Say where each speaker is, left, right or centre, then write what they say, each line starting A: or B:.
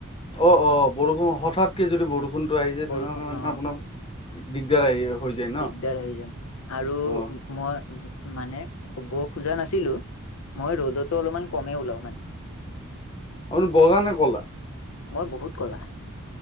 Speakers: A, on the left; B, on the left.
A: অ' অ' বৰষুণ হঠাৎকে যদি বৰষুণতটো আহি যায়,
B: বৰষুণ
A: তেনেহ'লে মানে
B: অ
A: আপোনাৰ দিগদাৰ। আহি
B: বহুত
A: হৈ যায় ন
B: দিগদাৰ হৈ যায় আৰু
A: অ
B: মই মানে ক'ব খোজা নাছিলো। মই ৰ'দতো অলপমান কমে ওলাও মানে।
A: আপোনি বগানে ক'লা।
B: মই বহুত ক'লা।